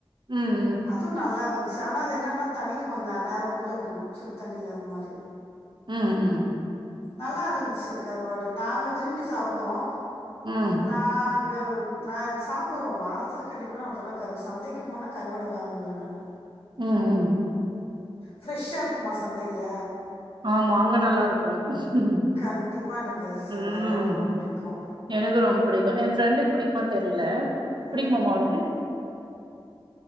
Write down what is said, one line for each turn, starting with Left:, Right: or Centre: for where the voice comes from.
Right: ம்
Left: அதுவு நல்லா இருந்ச்சு ஆனா என்னன்னா தண்ணியில கொஞ்ச நேர ஊற வைக்கணு சுடு தண்ணில அந்த மாரி
Right: ம் ம் ம்
Left: நல்லா இருந்துச்சு கருவாடு நாங்க விரும்பி சாப்புடுவோ
Right: ம்
Left: நான் அங்க நா சாப்புடுவோ வாரத்தில கண்டிப்பா நா ஒரு தடவ கருவா சந்தைக்கு போனா கருவாடு வாங்குவே நானு
Right: ம் ம்
Left: ஃப்ரெஷ்ஷா இருக்குமா சந்தையில
Right: ஆமா அங்க நல்லா இருக்கு ம்
Left: கண்டிப்பா எனக்கு ச
Right: ம்
Left: கருவாடு ரொம்ப பிடிக்கு
Right: எனக்கு ரொம்ப பிடிக்கு எ ஃப்ரெண்டுக்கு பிடிக்குமான் தெர்ல பிடிக்குமாமா
Left: ம்
Right: உனக்கு